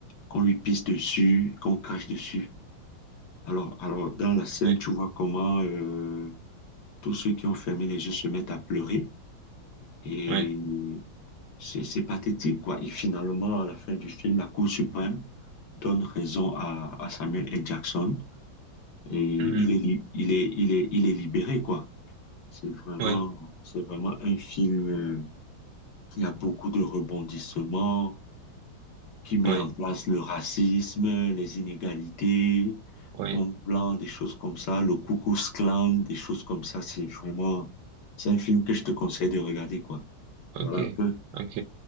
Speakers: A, on the left; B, on the right.
A: qu'on lui pisse dessus, qu'on crache dessus. Alors, alors, dans la scène,
B: oui,
A: tu vois comment euh, tous ceux qui ont fermé les yeux se mettent à pleurer. Et
B: oui,
A: c'est c'est pathétique, quoi. Et finalement, à la fin du film, la Cour suprême donne raison à, à Samuel L. Jackson. Et il
B: mhm,
A: est, li- il est, il est, il est libéré, quoi. C'est vraiment,
B: oui,
A: c'est vraiment un film euh, qui a beaucoup de rebondissements. qui met
B: oui,
A: en place le racisme, les inégalités,
B: oui,
A: Homme Blanc, des choses comme ça, le Ku Klux Klan, des choses comme ça. C'est vraiment, c'est un film que je te conseille de regarder, quoi.
B: ok,
A: Voilà un peu.
B: ok,